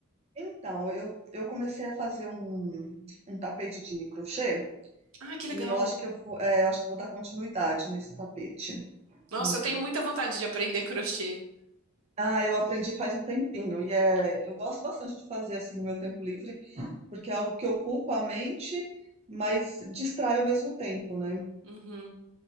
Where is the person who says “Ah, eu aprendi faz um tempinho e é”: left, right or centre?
Right